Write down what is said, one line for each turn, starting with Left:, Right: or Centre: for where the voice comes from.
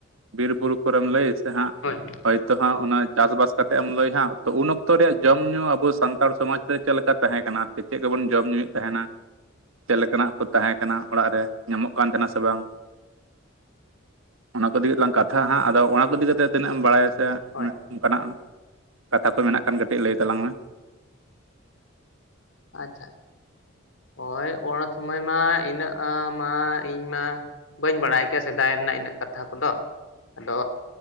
Right: ᱵᱤᱨ ᱵᱩᱨᱩ ᱠᱚᱨᱮᱢ ᱞᱟᱹᱭᱮᱫ ᱦᱟᱸᱜ
Left: ᱦᱳᱭ
Right: ᱦᱚᱭᱛᱚ ᱦᱟᱸᱜ ᱚᱱᱟ ᱪᱟᱥᱵᱟᱥ ᱠᱟᱛᱮ ᱮᱢ ᱞᱟᱹᱭ ᱦᱟᱸᱜ ᱩᱱᱛ ᱚᱠᱛᱚ ᱨᱮᱭᱟᱜ ᱡᱚᱢ ᱧᱩ ᱟᱵᱚ ᱥᱟᱱᱛᱟᱲ ᱥᱚᱢᱟᱡᱽ ᱨᱮ ᱪᱮᱫ ᱞᱮᱠᱟ ᱛᱟᱦᱮᱸ ᱠᱟᱱᱟ ᱟᱨ ᱪᱮᱫ ᱠᱚᱵᱚᱱ ᱡᱚᱢ ᱧᱩᱭᱮᱫ ᱛᱟᱦᱮᱱᱟ? ᱪᱮᱫ ᱞᱮᱠᱟᱱᱟᱜ ᱠᱚ ᱛᱟᱦᱮᱸ ᱠᱟᱱᱟ ᱚᱲᱟᱜ ᱨᱮ ᱧᱟᱢᱚᱜ ᱠᱟᱱ ᱛᱟᱦᱮᱱᱟ ᱥᱮ ᱵᱟᱝ? ᱚᱱᱟ ᱠᱚ ᱤᱫᱞᱟᱝ ᱠᱟᱛᱷᱟ ᱦᱟᱸᱜ ᱟᱫᱚ ᱚᱱᱟ ᱠᱚ ᱤᱫᱤ ᱠᱟᱛᱮ ᱛᱤᱱᱟᱹᱜ ᱮᱢ ᱵᱟᱲᱟᱭᱟ? ᱥᱮ
Left: ᱦᱳᱭ
Right: ᱚᱱᱠᱟᱱᱟᱜ ᱠᱟᱛᱷᱟ ᱠᱚ ᱢᱮᱱᱟᱜ ᱠᱷᱟᱱ ᱠᱟᱹᱴᱤᱡ ᱞᱟᱹᱭ ᱛᱟᱞᱟᱝ ᱢᱮ᱾
Left: ᱟᱪᱪᱷᱟ ᱟᱪᱪᱷᱟ᱾ ᱦᱚᱭ ᱚᱱᱟ ᱥᱚᱢᱚᱭ ᱢᱟ ᱤᱱᱟᱹᱜ ᱢᱟ ᱤᱧ ᱢᱟ ᱵᱟᱹᱧ ᱵᱟᱲᱟᱭ ᱠᱮᱭᱟ ᱥᱮᱫᱟᱭ ᱮᱱ ᱨᱮᱱᱟᱜ ᱤᱱᱟᱹᱜ ᱠᱟᱛᱷᱟ ᱠᱚᱫᱚ ᱟᱫᱚ